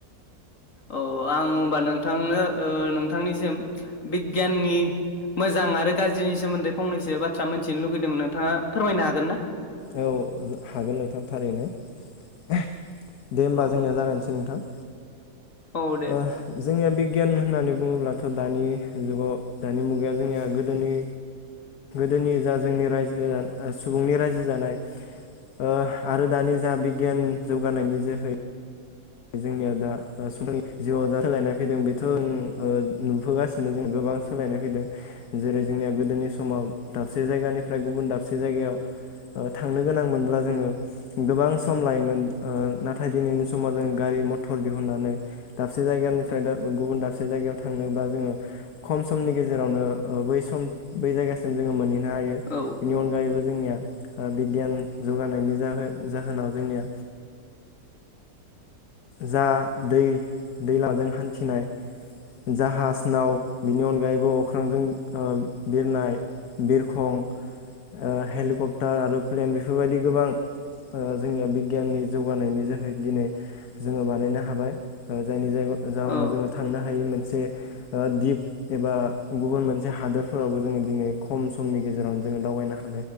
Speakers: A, on the left; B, on the left.
A: औ आं होमबा नोंथांनो नोंथांनिसिम बिगियाननि। मोजां आरो गाज्रिनि सोमोन्दै फंनैसो बाथ्रा मिनथिनो लुगैदोंमोन नोंथाङा फोरमायनो हागोन ना।
B: औ हागोन नोंथां थारैनो दे होमबा
A: औ
B: जोंनिया जागायसै नोंथां।
A: औ दे
B: ओ
A: दे
B: जोंनिया बि। गियान होननानै बुङोब्लाथ दानि जुगाव दानि मुगाया जोंनिया गोदोनि। जोंनि जा जोंनि रायजो सुबुंनि रायजो। जानाय ओ आरो दानि जा बिगियान जौगानायनि जोहै। जोंनिया दा समनि जिउआव जा सोलायनाय फैदों बेथ' नुबोगासिनो जों गोबां गोबां सोलायनाय फैदों जेरै जोंनिया गोदोनि समाव दाबसे जायगानिफ्राय गुबुन दाबसे जायगायाव‌ थांनो गोनांमोनब्ला जोङो गोबां सम लायोमोन नाथाय दिनैनि समाव जों। गारि मथर दिहुननानै दाबसे जायगानिफ्राय गुबुन दाबसे जायगायाव थांनोबा जोङो खम। नि गेजेरावनो सम बै जायगासिम जोो मोनहैनो हायो
A: औ
B: बिनि अनगायैबो। जोंनिया बिगियान जगानायनि जाहोनाव जोंनिया। जा दै दैलाजों हान्थिनाय। जाहाज नाव बिनि अनगायैबो अख्रांजों बिरनाय। बिरखं हेलिकप्टार आरो प्लेन बेफोरबायदि गोबां। ओ जोंनिया बिगियाननि जौगानायनि जोहै दिनै। जोङो बानायनो हाबाय जायनि जाय जाहनाव
A: औ
B: जोङो थांनो हायि मोनसे। दिप एबा गुबुन मोनसे हादोरफोरावबो जोङो दिनै खम समनि गेजेरावनो जोङो दावबायनो हा।